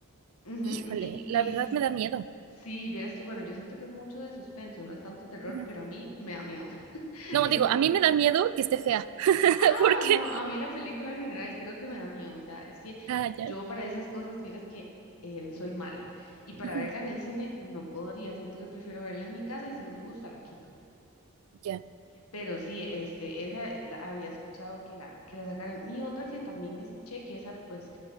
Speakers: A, on the left (about 85°); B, on the right (about 80°).
A: Ujú,
B: Híjole,
A: Y,
B: la
A: y
B: verdad
A: si,
B: me da miedo.
A: si vieras que, bueno, yo siento que es mucho de suspenso, no es tanto terror,
B: Ujú.
A: pero a mí me da miedo. <laughs>
B: No,
A: El...
B: digo, a mí me da miedo que esté fea, <laughs>
A: Ah,
B: porque...
A: no, a mí la película en general creo que me da miedo. O sea, es que
B: Ah,
A: yo
B: ya.
A: para esas cosas, vieras que eh, soy mala. Y para
B: Ujú,
A: verla en el cine no podría, siento que prefiero verla en mi casa y si no me gusta la quito.
B: ya.
A: Pero sí, este, esa la- había escuchado que la, que la sacaron. Y otra que también escuché, que esa, pues,